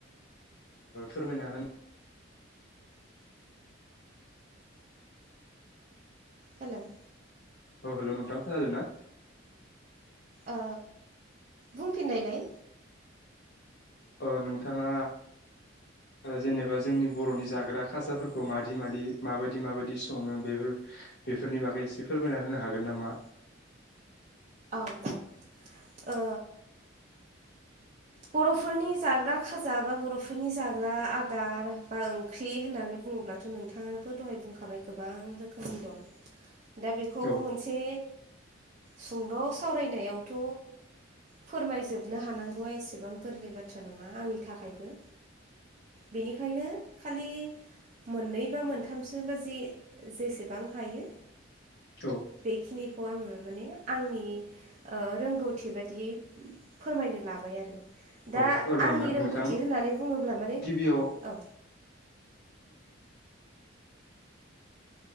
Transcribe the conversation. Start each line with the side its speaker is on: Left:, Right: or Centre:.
Left: फोरमायना होन
Right: हेल'
Left: औ हेल' नोंथां खोनादों ना
Right: ओ बुंफिननायलाय
Left: ओ नोंथाङा जेनेबा जोंनि बर'नि जाग्रा खासाारफोरखौ मादि- मादि माबायदि माबायदि सङो बेफोर बेफोरनि बागै एसे फोरमायना होनो हागोन नामा
Right: औ -औ ओ बर'फोरनि जाग्रा खाजा बा बर'फोरनि जाग्रा आदार बा ओंख्रि होननानै बुडो़ला बुङोब्लाथ' नोंथाङा दहाय बुंखाबाय गोबां रोखोमनि दं दा बेखौ
Left: औ
Right: मोनसे सुंद' सावरायनायावथ' फोरमायजोबनो हानांगौआ एसेबां गोबां गोरलै बाथ्रा नङा आंनि थाखायबो बेनिखायनो खालि मोननै बा मोनथामसो बाजि जेसेबां हायो
Left: औ
Right: बेखिनिखौ आङो माने आंनि रोंगौथि बादियै फोरमायनो लाबाय आरो दा
Left: औ औ दं
Right: आंनि रोंगौथि
Left: नोंथां
Right: होननानै बुङोब्ला माने
Left: गिबियाव <inaudible>
Right: औ